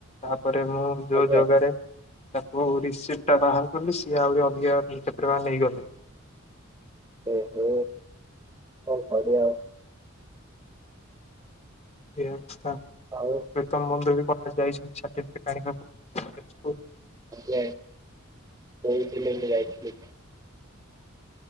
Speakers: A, on the left; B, on the right.
A: ତା ପରେ ମୁଁ ଯୋଉ
B: ଆଜ୍ଞା।
A: ଜଗାରେ ତାକୁ ରି ସିଟ ଟା ବାହାର କଲି ସିଏ ଆହୁରି ଅଧିକା କେତେ ଟଙ୍କା ନେଇଗଲେ।
B: ଓ ହୋ କଣ କରିବା।
A: ଓ ଆଛା
B: ଆଉ
A: ପ୍ରୀତମ ବନ୍ଧୁ ବି କଲେଜ ଯାଇଚନ୍ତି ସାଟିଫିକେଟ୍ ଆଣିବାକୁ।
B: <unintelligible> ଯାଇଥିଲି।